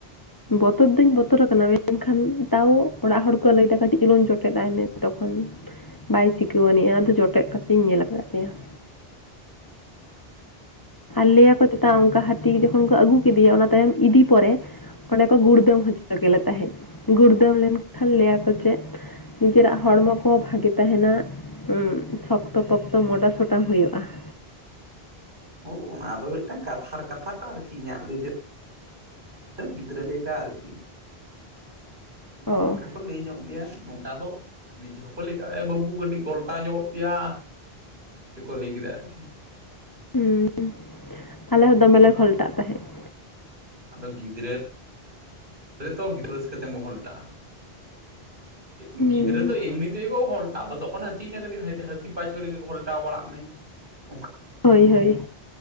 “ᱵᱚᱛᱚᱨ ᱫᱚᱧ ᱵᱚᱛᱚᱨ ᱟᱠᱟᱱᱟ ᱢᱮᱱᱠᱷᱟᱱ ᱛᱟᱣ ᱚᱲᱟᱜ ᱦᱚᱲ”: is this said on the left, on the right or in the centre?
Left